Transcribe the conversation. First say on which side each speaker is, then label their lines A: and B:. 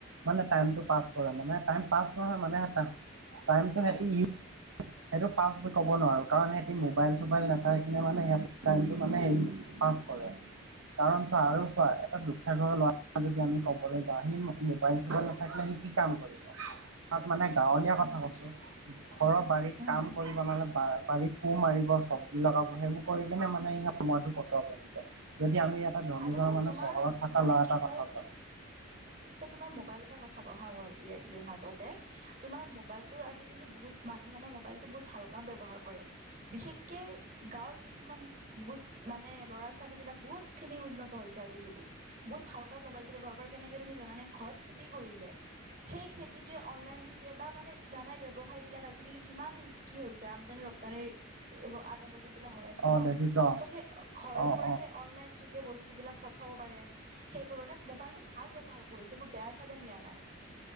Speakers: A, on the right; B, on the right.
A: মানে টাইমটো পাছ কৰা মানে টাইম পাছ নহয় মানে টাইমটো সিহঁতে ইউজ সেইটো পাষ্ট বুলি ক'ব নোৱাৰো কাৰণ সিহঁতি মোবাইল চোবাইল নাচাই কিনে মানে সিহতে টাইমটো মানে হেৰি। পাছ কৰে। কাৰণ চা আৰু চোৱা এটা দুখীয়া ঘৰৰ ল'ৰা যদি আমি ক'বলৈ যাওঁ আহি- মোবাইল চোবাইল নাথাকিলে সি কি কাম কৰিব। তাক মানে গাঁৱলীয়া
B: উম
A: কথা
B: উম
A: কৈছো ঘৰৰ বাৰীত।
B: উম
A: কাম কৰিব মানে বা বাৰী কোৰ মাৰিব চব্জি লগাব সেইবোৰ কৰি কিনে মানে সময়তটো কটাব। জাচ যদি আমি এটা ধনী
B: আৰু
A: ঘৰ মানে
B: তোমাৰ
A: চহৰত থকা
B: মানে
A: ল'ৰা
B: কি
A: এটা
B: হয়
A: কথা কওঁ।
B: এতিয়া তোমাৰ মোবাইল এটা কথা কওঁ হা ই ইয়ে মাজতে। তোমাৰ মোবাইলতটো আজিকালি বহুত মানুহেন মোবাইলতটো বহুত ভাল কামত ব্যৱহাৰ কৰে। বিশেষকে গাঁৱৰ কিছুমান বহুত মানে ল'ৰা ছোৱালী বিলাক বহুত। খিনি উন্নত হৈছে আজিকালি বহুত ভালকৈ মোবাইল ব্যৱহাৰ কৰে কেনেকে তুমি জানানে ঘৰত খেতি কৰিলে। সেই খেতিতোৱে অনলাইন যোগে বা মানে জানাই ব্যৱসায় বিলাক আজিকালি কিমান? কি হৈছে আমদানি ৰপ্তানিৰ আদান। বিলাক হৈ আছে
A: অ
B: ন
A: দেখিছ
B: ত সেই ঘৰৰ
A: অ
B: পৰা
A: অ
B: অনলাইন যোগে বস্তুবিলাক পঠাব পাৰে সেইবোৰ মানে মোবাইলটো ভাল ব্যৱহাৰ। পাৰ কৰিছে, একো বেয়াৰ ফালে নিয়া নাই।